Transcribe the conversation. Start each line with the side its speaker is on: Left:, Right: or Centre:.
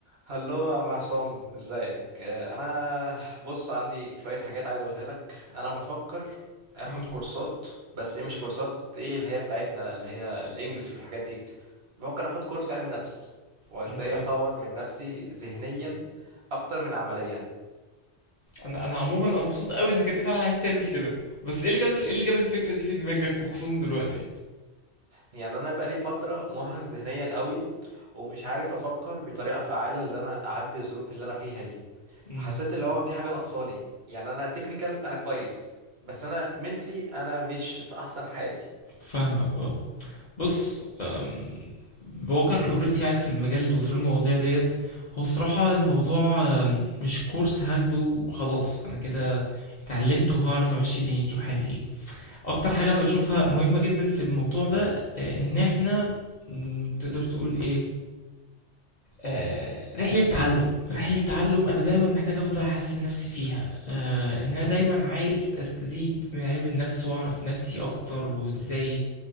Right: هلو يا عم عصام ازيك آه، انا بص عندي شوية حاجات عايز اقولها لك انا بفكر اخد
Left: مم.
Right: كورسات بس ايه مش كورسات ايه اللي هي بتاعتنا اللي هي الانجليش والحاجات دي بفكر اخد كورس علم نفس وازاي
Left: حلو قوي
Right: اطور من نفسي ذهنيا اكتر من عمليا
Left: انا انا عموما انا مبسوط قوي انك انت فعلا عايز تعمل كده بس ايه اللي جاب ايه اللي جاب الفكره دي في دماغك وخصوصا دلوقتي
Right: يعني انا بقالي فترة مرهق ذهنيا قوي ومش عارف افكر بطريقة فعالة اللي انا اعدي الظروف اللي انا فيها دي
Left: امم
Right: فحسيت اللي هو في حاجة ناقصاني يعني أنا تكنيكال أنا كويس بس أنا منتلي أنا مش في أحسن حال
Left: فاهمك اه بص أم، بواقع خبرتي يعني في المجال ده وفي المواضيع ديت هو صراحة الموضوع أم، مش كورس هاخده وخلاص انا كده اتعلمت وهعرف امشي دنيتي وحالي فيه اكتر حاجة انا بشوفها مهمة جدا في الموضوع ده آه، ان احنا مم، تقدر تقول ايه آه، رحلة تعلم رحلة تعلم أنا دايما محتاج أفضل أحسن نفسي فيها آه، إن أنا دايما عايز أستزيد من علم النفس وأعرف نفسي أكتر وإزاي